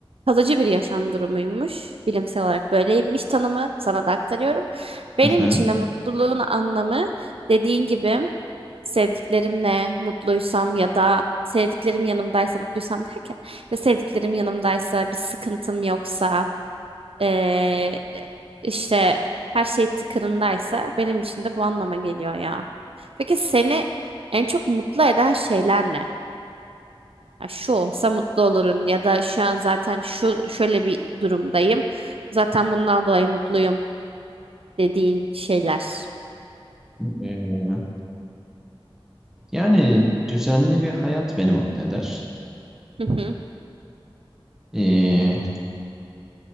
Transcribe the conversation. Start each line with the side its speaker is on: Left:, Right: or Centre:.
Right: Kalıcı bir yaşam durumuymuş. Bilimsel olarak böyleymiş tanımı. Sana da aktarıyorum. Benim
Centre: Hı hı.
Right: için de mutluluğun anlamı dediğin gibi sevdiklerimle mutluysam ya da sevdiklerim yanımdaysa mutluysam derken ya sevdiklerim yanımdaysa bir sıkıntım yoksa eee, işte her şey tıkırındaysa benim için de bu anlama geliyor ya. Peki seni en çok mutlu eden şeyler ne? Ya şu olsa mutlu olurum ya da şu an zaten şu şöyle bir durumdayım. Zaten bundan dolayı mutluyum dediğin şeyler.
Centre: Ee, yani düzenli bir hayat beni mutlu eder.
Right: Hı hı.
Centre: Ee,